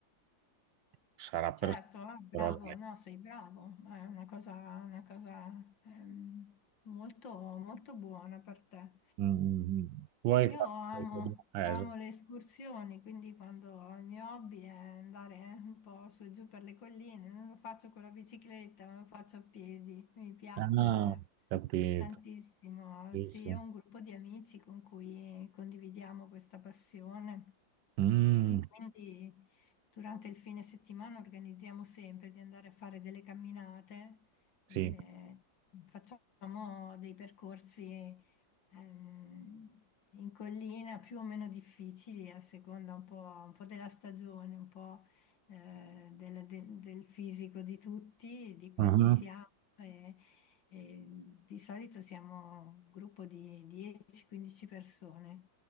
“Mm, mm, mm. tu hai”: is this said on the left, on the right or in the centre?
Right